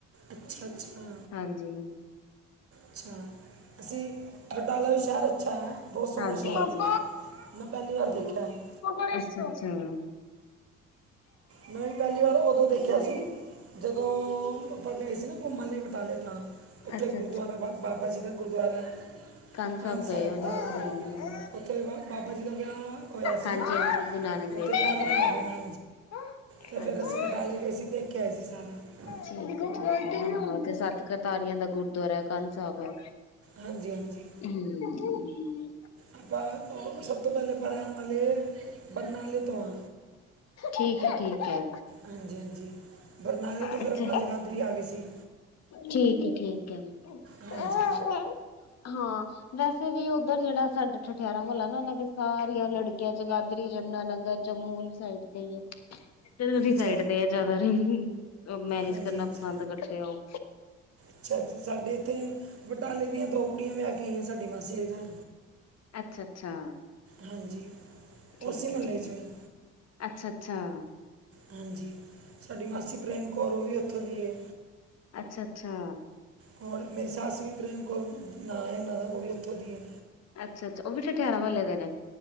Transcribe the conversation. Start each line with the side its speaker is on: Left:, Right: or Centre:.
Right: ਅੱਛਾ-ਅੱਛਾ।
Left: ਹਾਂਜੀ
Right: ਅੱਛਾ, ਅਸੀਂ ਬਟਾਲਾ ਵੀ ਸ਼ਹਿਰ ਅੱਛਾ ਹੈ। ਬਹੁਤ ਸੋਹਣਾ
Left: ਹਾਂਜੀ-ਹਾਂਜੀ,
Right: ਸ਼ਹਿਰ ਹੈ ਮੈਂ ਪਹਿਲੀ ਵਾਰ ਦੇਖਿਆ ਹੈ
Left: ਅੱਛਾ-ਅੱਛਾ।
Right: ਨਹੀਂ ਪਹਿਲੀ ਵਾਰ ਉਦੋਂ ਦੇਖਿਆ ਸੀ। ਜਦੋਂ ਆਪਾਂ ਗਏ ਸੀ ਨਾ ਘੁੰਮਣ ਲਈ ਬਟਾਲੇ ਤਾਂ ਉੱਥੇ
Left: ਅੱਛਾ
Right: ਗੁਰਦੁਆਰਾ
Left: ਅੱਛਾ
Right: ਬਾਬਾ ਜੀ ਦਾ ਗੁਰਦੁਆਰਾ।
Left: ਕੰਦ ਸਾਹਿਬ
Right: ਕੰਨ
Left: ਗਏ ਹੋਣੇ
Right: ਹਾਂ
Left: ਹੂੰ।
Right: ਉੱਥੇ ਬਾ- ਬਾਬਾ ਜੀ ਦਾ ਵਿਆਹ ਹੋਇਆ ਸੀ
Left: ਹਾਂਜੀ-ਹਾਂਜੀ
Right: ਨਾ
Left: ਗੁਰੂ ਨਾਨਕ ਦੇਵ
Right: ਉੱਥੇ
Left: ਜੀ
Right: ਵਿਆਹ ਦਿਖਾਉਂਦੇ
Left: ਦਾ ਵੀ ਹੋਇਆ
Right: ਨੇ
Left: ਸੀ।
Right: ਤੇ
Left: ਹਾਂਜੀ
Right: ਫਿਰ ਅਸੀਂ ਬਟਾਲੇ ਗਏ ਸੀ ਦੇਖਿਆ ਆਏ ਸੀ ਸਾਰਾ।
Left: ਠੀਕ ਹੈ ਹਾਂ ਤੇ ਸਤ ਕਰਤਾਰੀਆਂ ਦਾ ਗੁਰਦੁਆਰਾ ਕੰਦ ਸਾਹਿਬ ਦਾ।
Right: ਹਾਂਜੀ ਹਾਂਜੀ
Left: ਹੂੰ।
Right: ਆਪਾਂ ਸਭ ਤੋਂ ਪਹਿਲੇ ਪੜ੍ਹਣ ਵਾਲੇ। ਬਰਨਾਲੇ ਤੋਂ ਆ
Left: ਠੀਕ ਹੈ। ਠੀਕ ਹੈ।
Right: ਹਾਂਜੀ ਹਾਂਜੀ ਬਰਨਾਲੇ ਤੋਂ ਫਿਰ
Left: ਅੱਛਾ।
Right: ਆਪਾਂ ਜਗਾਦਰੀ ਆ ਗਏ ਸੀ
Left: ਠੀਕ-ਠੀਕ ਆ। ਕ
Right: ਹਾਂਜੀ
Left: <inaudible> ਹਾਂ। ਵੈਸੇ ਵੀ ਉੱਧਰ ਜਿਹੜਾ ਸਾਡ ਠਠਿਆਰਾਂ ਮੁਹੱਲਾ ਨਾ ਉਹਨਾਂ ਦੇ ਸਾਰੀਆਂ ਲੜਕੀਆਂ ਜਗਾਧਰੀ ਯਮੁਨਾਾਨਗਰ, ਜੰਮੂ ਸਾਈਡ ਤੇ ਹੀ ਨੇ। ਇਧਰ
Right: ਅੱਛਾ
Left: ਸਾਈਡ ਤੇ ਆ, ਲਵ ਮੈਰਿਜ
Right: ਹਾਂਜੀ
Left: ਕਰਨਾ
Right: ਹਾਂਜੀ
Left: ਪਸੰਦ ਕਰਦੇ ਆ ਉਹ।
Right: ਅੱਛਾ। ਸਾਡੇ ਇੱਥੇ ਬਟਾਲੇ ਦੀਆਂ ਦੋ ਕੁੜੀਆਂ ਵਿਆਹ ਕੇ ਆਈਆਂ ਸਾਡੀ ਮਾਸੀ ਦੇ ਘਰ।
Left: ਅੱਛਾ-ਅੱਛਾ।
Right: ਹਾਂਜੀ
Left: ਠੀਕ
Right: ਉਸੇ ਮਹੱਲੇ
Left: ਹੈ ਠੀਕ,
Right: 'ਚੋਂ ਹੀ
Left: ਅੱਛਾ ਚਛ <inaudible>
Right: ਹਾਂਜੀ। ਸਾਡੀ ਮਾਸੀ ਪ੍ਰੇਮ ਕੌਰ, ਉਹ ਵੀ ਉੱਥੋਂ ਦੀ ਏ।
Left: ਅੱਛਾ-ਅੱਛਾ।
Right: ਹੋਰ, ਮੇਰੀ ਸੱਸ ਵੀ ਪ੍ਰੇਮ ਕੌਰ ਨਾਂ ਹੈ ਉਨਾਂ ਦਾ। ਉਹ ਵੀ ਉੱਥੋਂ ਦੀ ਏ।
Left: ਅੱਛਾ-ਅੱਛਾ, ਉਹ ਵੀ ਠਿਆਰਾਂ ਮੌਹਲੇ ਦੇ ਨੇ?